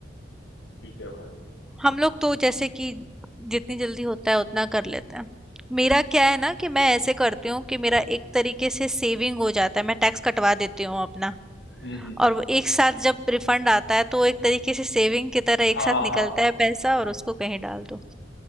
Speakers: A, on the left (about 80°); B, in the centre.
A: ठीक है मैम
B: हम लोग तो जैसे कि जितनी जल्दी होता है उतना कर लेते हैं मेरा क्या है ना कि मैं ऐसे करती हूँ कि मेरा एक तरीके से सेविंग हो जाता है मैं टैक्स कटवा देती हूँ अपना
A: हम्म हम्म, हम्म।
B: और वो एक साथ जब रिफंड आता है तो वो एक तरीके से सेविंग की तरह
A: हाँ
B: एक साथ
A: हाँ
B: निकलता
A: हाँ हाँ।
B: है पैसा और उसको कहीं डाल दो